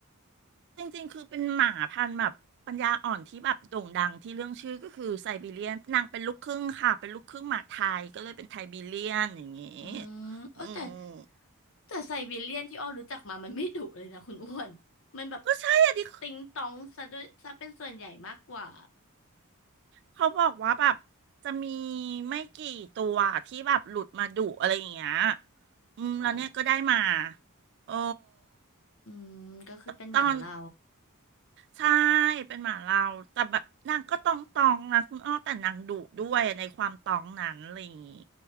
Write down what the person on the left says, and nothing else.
อืมเออแต่
แต่ไซบีเรียนที่อ้อรู้จักมามันไม่ดุเลยนะคุณอ้วนมันแบบ
ติงตองซะด้วยซะเป็นส่วนใหญ่มากกว่า
อ๋อ
อืมก็คือเป็นหมาเรา